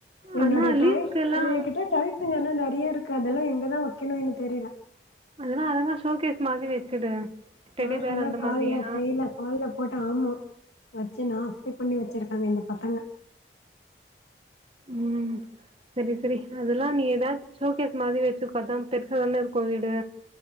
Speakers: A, on the right; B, on the left.
A: ஆனா
B: என்னோட
A: லீஸ்க்குல்லா
B: டாய் எதுகிட்ட டாய்ஸ் இங்க எல்லா நெற அப்டியே இருக்கு அதெல்லா எங்கதா வைக்கனுன்னு தெரில
A: <unintelligible> மாதிரி
B: தா
A: வச்சுடு
B: தயத்தெல்லா
A: டெடி பேர் அந்த
B: கால்ல
A: மாதிரியா
B: கையில கால்ல போடா ஆமா வெச்சி நாஸ்தி பண்ணி வெச்சிருக்காங்க இந்த பசங்க
A: ம் சேரி சேரி அதெல்லா நீதா ஷோகேஸ் மாரி வெச்சுக்கோ அதா பெருசாதான்ன இருக்கு வீடு